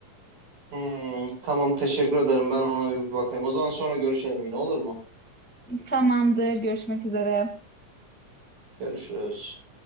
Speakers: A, on the right; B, in the centre.
A: Hmm, tamam teşekkür ederim ben ona bir bakayım o zaman sonra görüşelim yine olur mu?
B: Tamamdır görüşmek üzere.
A: Görüşürüz.